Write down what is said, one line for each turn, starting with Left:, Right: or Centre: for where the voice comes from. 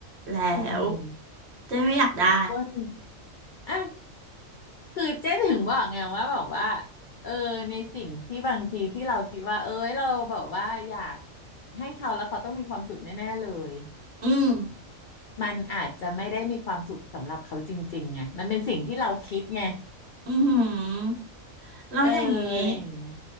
Right: แล้ว
Left: อืม
Right: เจ๊ไม่อยากได้
Left: อ้วนอ่ะคือเจ๊ถึงบอกไงว่าแบบว่าเออในสิ่งที่บางทีที่เราคิดว่าเอ้ยเราแบบว่าอยากให้เขาแล้วเขาต้องมีความสุขแน่ๆเลย
Right: อืม
Left: มันอาจจะไม่ได้มีความสุขสำหรับเขาจริงๆไงมันเป็นสิ่งที่เราคิดไง
Right: อือหือแล้วอย่างนี้
Left: เอออะไรอย่างเงี้ย